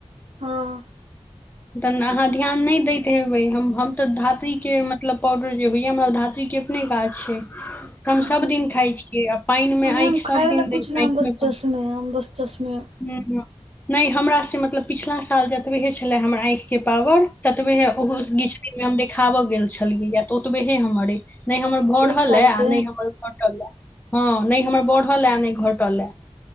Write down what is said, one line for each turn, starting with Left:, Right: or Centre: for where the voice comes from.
Right: हँ
Left: तहऽ अहाँ ध्यान नहि दैत हेबै हम हम तऽ धात्रीके मतलब पाउडर जे होइए हमरा धातृीके अपने गाछ छै हम
Right: अच्छा
Left: सब दिन खाय छीयै आ पानि मे
Right: नहि
Left: आँखि
Right: हम खायवला
Left: सब दिन द
Right: किछु
Left: आँखि
Right: हम बस
Left: मे
Right: नहि हम बस चसमे
Left: हँ नहि हमरासँ मतलब पिछला साल जतबहे छलए हमर आँखिके पावर ततबे हे ओहो किछ दिन मे हम देखाबऽ गेल छलियै या तऽ ओतबे हे हमरे नहि हमर बरहल
Right: एक साल
Left: हे आ
Right: के
Left: नहि घटल हे हँ नहि हमर बढ़ल ह नहि घटल ह